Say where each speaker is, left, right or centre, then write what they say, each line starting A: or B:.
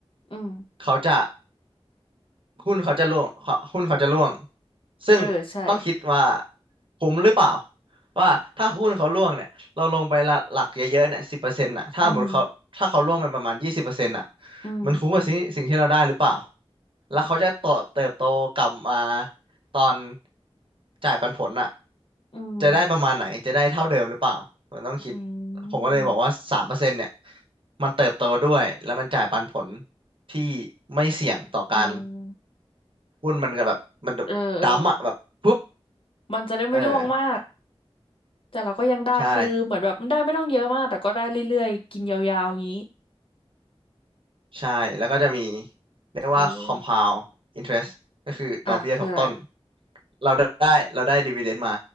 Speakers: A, on the left; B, on the right.
A: อืม
B: เขาจะ หุ้นเขาจะร่วงเขาหุ้นเขาจะร่วง ซึ่งต้องคิดว่า
A: เออใช่
B: คุ้มหรือเปล่า ว่าถ้าหุ้นเขาร่วงเนี่ยเราลงไปละหลักเยอะๆเนี่ยสิบเปอร์เซ็นต์่ะถ้าหมดเขาถ้าเขาร่วงไปประมาณยี่สิบเปอร์เซ็นต์่ะ
A: อืมอืม
B: มันคุ้มกับสิ่งสิ่งที่เราได้หรือเปล่าแล้วเขาจะเติบเติบโตกลับมาตอนจ่ายปันผลอ่ะ
A: อืม
B: จะได้ประมาณไหน จะได้เท่าเดิมหรือเปล่ามันต้องคิด
A: อื
B: ผมก็เลยบอกว่าสามเปอร์เซ็นต์เนี่ย
A: ม
B: มันเติบโตด้วยแล้วมันจ่ายปันผลที่ไม่เสี่ยงต่อการ
A: อืม
B: หุ้นมันก็แบบมันแบบดั้มป์อะแบบปุ๊บ
A: เออเออ มันจะได้ไม่ร่วงมาก
B: เออ
A: แต่เราก็ยังได้คือเหมือนแบบได้ไม่ต้องเยอะมากแต่ก็ได้เรื่อยๆกินยาวๆงี้
B: ใช่ใช่แล้วก็จะมีเรียกว่า
A: เออ
B: compound interest ก็คือดอกเบี้ยทบต้น
A: อ่ะคืออะไร
B: เราได้เราได้ dividend มา